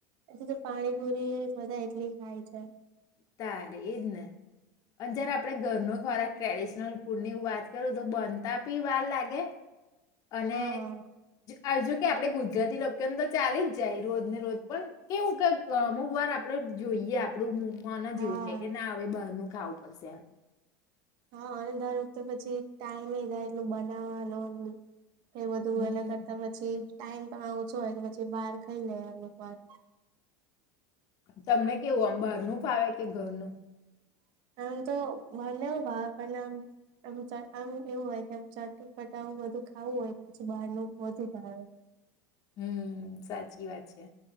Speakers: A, on the right; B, on the left.
A: એ તો પાણીપુરી બધા એટલી ખાય છે.
B: તારે એજ ને અને જ્યારે આપડે ઘરનો ખોરાક ટ્રેડિશનલ ફૂડ ની વાત કરું તો બનતા પી વાર લાગે અને
A: હા
B: આ જોકે આપણે ગુજરાતી લોકોને તો ચાલી જ જાય રોજ ને રોજ. પણ કેવું કે અમુકવાર આપડું. જોઈએ. આપડું મનજ
A: હા
B: એવુ કે કે ના આવે બારનું ખાવું પડશે એમ.
A: હા અને દર વખતે પછી ટાઈમ થાય એટલું બનાવાનો એ બધું
B: હમ.
A: વેલા કરતા પછી. ટાઈમ પણ ઓછો હોય તો પછી બહાર ખાઈ લે અમુક વાર.
B: તમને કેવું આમ બાર નું ફાવે? કે ઘરનું?
A: આમ તો બને એવું ભાવે પણમ આમ એવું હોય કે ચટ પટાાવું બધું ખાવું હોય પછી બહાર નું વધી જાવે.
B: હમ્મ, સાચી વાત છે